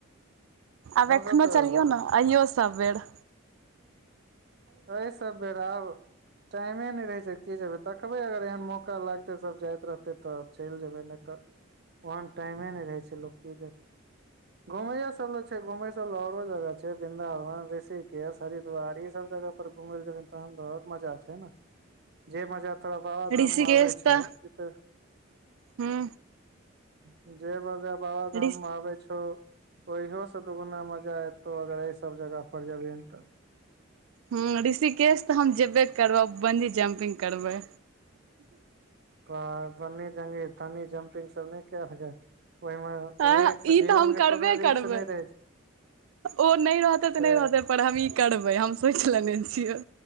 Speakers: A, on the right; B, on the right.
A: आब
B: हमसब
A: एखनोहु
B: तऽ
A: चलियौ ने अइयौ सभ बेर
B: एहि सब बेर आउ टाइमे नहि रहै छै की जेबै देखबै अगर एहन मौका लगतै सब जाइत रहतै तऽ चलि जेबै नहि तऽ ओहन टाइमे नहि रहै छै लोक की जेतै घूमैयो सब ले छै घुमेय सब ले औरो जगह छै वृंन्दावन ऋषिकेश हरिद्वार ई सब जगह पर घुम ले जेबै तहन तऽ आओर मजा छै ने जे मजा बाबा धाममे
A: ऋषिकेश
B: आबै छौ
A: तऽ
B: तऽ
A: हूँ
B: ह जे बजह बाबाधाममे
A: ऋ
B: आबै छौ ओहो से दुगुना मजा एतौ अगर एहि सब जगह पर जेबही तऽ
A: ह ऋषिकेश तऽ हम जेबे करबै बन्दी जम्पिंग करबै
B: त बन्नी जी तन्नी जम्पिंग सब नहि कय ओहिमे
A: आँ
B: रिस्क
A: ई
B: जीवन
A: तऽ हम
B: के
A: करबे
B: कोनो रिस्क
A: करबै
B: नहि रहै छै
A: ओ नहि रहतै
B: से
A: तऽ नहि रहतै पर हम ई करबै हम सोचि लेने छियै